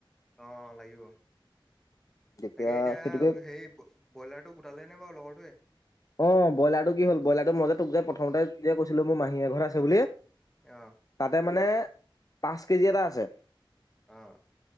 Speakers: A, in the centre; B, on the left.
A: অঁ লাগিব।
B: তেতিয়া
A: তাকে এতিয়া
B: সেইটোকে
A: সেই ব্ৰইলাৰটো গোটালে নে বাৰু লগৰটোৱে?
B: অঁ ব্ৰইলাৰটো কি হ'ল ব্ৰইলাৰটো মই যে তোক যে প্ৰথমতে যে কৈছিলো মোৰ মাহীয়ে ঘৰত আছে বুলি।
A: অ
B: তাতে মানে পাঁচ কেজি এটা আছে।
A: অঁ।